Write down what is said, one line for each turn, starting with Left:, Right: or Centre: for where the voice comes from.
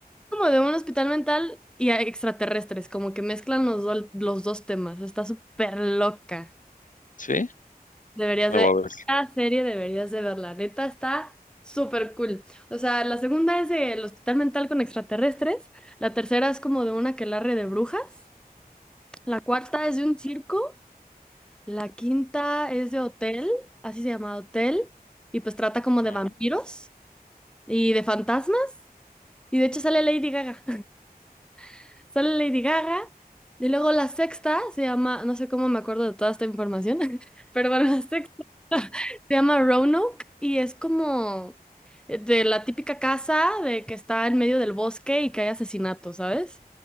Centre: como de un hospital mental y a extraterrestres, como que mezclan los, dol- los dos temas. Está súper loca.
Left: sí,
Centre: Deberías
Left: la
Centre: de,
Left: voy a ver.
Centre: esta serie deberías de verla, neta está súper cool. O sea, la segunda es del hospital mental con extraterrestres, la tercera es como de una quelarre de brujas, la cuarta es de un circo, la quinta es de hotel, así se llama hotel, y pues trata como de
Left: Ah,
Centre: vampiros y de fantasmas, y de hecho sale Lady Gaga, <laughs> sale Lady Gaga, y luego la sexta se llama, no sé cómo me acuerdo de toda esta información, <laughs> pero bueno, la sexta Se llama Roanoke y es como de la típica casa de que está en medio del bosque y que hay asesinatos, ¿sabes?